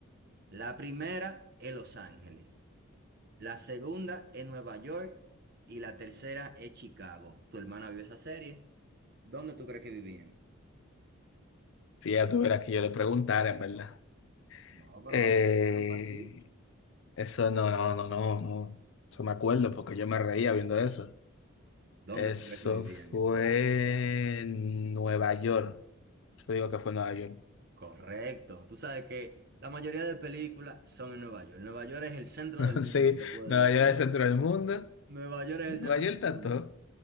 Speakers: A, on the right; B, on the left.
A: La primera es Los Ángeles, la segunda es Nueva York y la tercera es Chicago. ¿Tu hermana vio esa serie? ¿Dónde tú crees que vivían?
B: Si ella tuviera que yo le preguntara, en verdad.
A: No, pero
B: Eh,
A: va a ser trampa, sí.
B: eso no, no, no, no, no. Eso me acuerdo porque yo me reía viendo eso.
A: ¿Dónde
B: Eso
A: tú crees que vivían
B: fue
A: entonces?
B: en Nueva York. Yo digo que fue en Nueva York.
A: Correcto. Tú sabes que la mayoría de películas son en Nueva York. Nueva York es el centro
B: <laughs>
A: del mundo,
B: Sí,
A: se puede
B: Nueva
A: decir.
B: York es el centro del mundo.
A: <laughs> Nueva York es
B: Nueva
A: el centro
B: York
A: del
B: está
A: mundo.
B: todo.